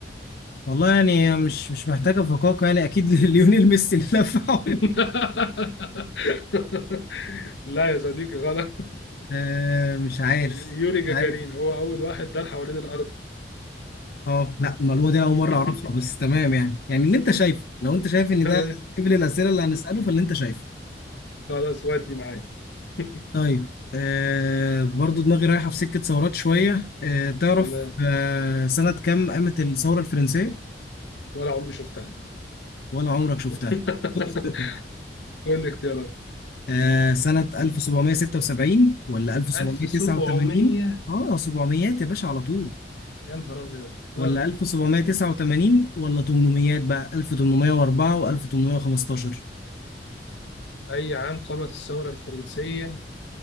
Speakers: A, on the left; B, on the left.
A: والله يعني هي مش مش محتاجة فقاقة يعني أكيد <laughs> ليونيل ميسي اللي لف حوالين
B: <laughs> لا يا صديقي غلط <laughs>
A: آه، مش عارف
B: يوري جاجارين
A: مش عارف
B: هو أول واحد دار حوالين الأرض
A: اه لا المعلومه دي انا اول
B: <laughs>
A: مره اعرفها بس تمام يعني يعني اللي انت شايفه لو انت شايف ان
B: تمام
A: ده قبل الاسئله اللي هنساله فاللي انت شايفه
B: خلاص ودي معايا <laughs>
A: طيب آه برضو دماغي رايحه في سكه ثورات شويه آه تعرف
B: تمام
A: آه سنه كام قامت الثوره الفرنسيه
B: ولا عمري شفتها
A: ولا عمرك شفتها
B: <laughs>
A: <laughs> خد اختيارات.
B: قول لي اختيارات
A: آه سنه 1776 ولا 1789
B: 1700
A: اه 700 يا باشا على طول
B: يا نهار أبيض
A: ولا
B: اه
A: 1789 ولا 800 بقى 1804 و1815
B: أي عام قامت الثورة الفرنسية